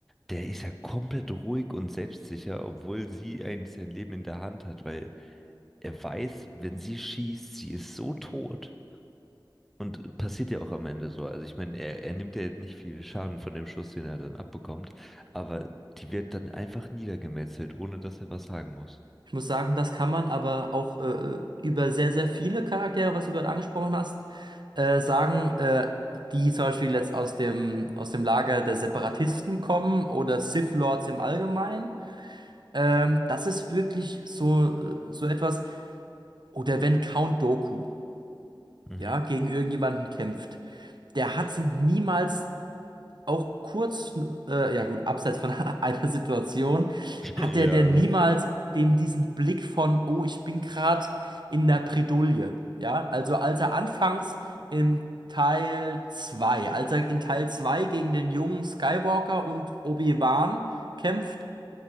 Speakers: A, in the centre; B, on the right.
A: der ist ja komplett ruhig und selbstsicher, obwohl sie eigentlich sein Leben in der Hand hat, weil er weiß, wenn sie schießt, sie ist so tot. Und passiert ja auch am Ende so. Also ich meine, er, er nimmt ja nicht viel Schaden von dem Schuss, den er dann abbekommt, aber die wird dann einfach niedergemetzelt, ohne dass er was sagen muss.
B: Ich muss sagen, das kann man aber auch äh, über sehr, sehr viele Charaktere, was du gerade angesprochen hast, äh, sagen, äh, die zum Beispiel jetzt aus dem, aus dem Lager der Separatisten kommen oder Sith Lords im Allgemeinen. Ähm, das ist wirklich so, äh, so etwas. Oder wenn Count Dooku,
A: Mhm.
B: ja, gegen irgendjemanden kämpft, der hatte niemals auch kurz, äh, ja gut, abseits von <laughs> einer Situation,
A: <laughs>
B: hat der
A: Ja,
B: denn
A: ne?
B: niemals dem diesen Blick von, oh, ich bin gerade in der Bredouille. Ja, also als er anfangs im Teil zwei, als er in Teil 2 gegen den jungen Skywalker und Obi-Wan kämpft,